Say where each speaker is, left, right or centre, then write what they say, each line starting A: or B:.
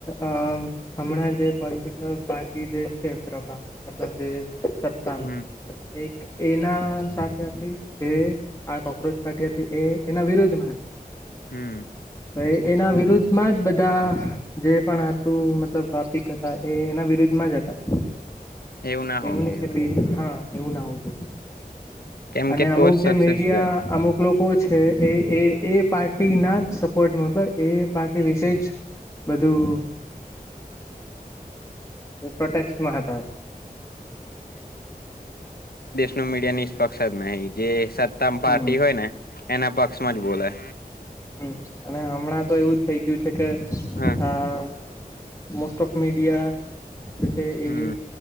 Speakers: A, on the left; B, on the left.
A: અ હણા જે પ પોલિટિકલ પાર્ટી જે છેભતલબ જે. સત્તા
B: હમ
A: માં એક. એના સાથે હતી જે આ કોક્રોચ પાર્ટી હતી એ એના વિરોધમાં હતી.
B: હમ્મ.
A: તો એ એના વિરુદ્ધમાં જ બધા જે પણ હતું મતલબ ટોપિક હતા એ એના વિરુદ્ધમાં જ હતા.
B: એવું ના હોવું
A: એમની
B: જોઈએ
A: કે
B: પણ
A: બીજ હા. એવું ના હો જો.
B: કેમ
A: અને
B: કે તો
A: અમુક
B: જ સક્સેસ
A: જે મીડિયા
B: જાય
A: અમુક લોકો છે એ એ એ પાર્ટી ના જ સપોર્ટ મતલબ એ પાર્ટી વિશે જ. બધું પ્રોટેક્માં હતા.
B: નું મીડિયા નિષ્પક્ષ જ નહી જે. તમ
A: હમ
B: પાર્ટી હોય ને એના પક્ષમાં જ બોલા.
A: હમ અને હમણાં તો એવુંજ થઇ ગયું છે.
B: હા
A: ત આ.. મોસ્ટ ઓફ મીડિયા જછ
B: હમ
A: એ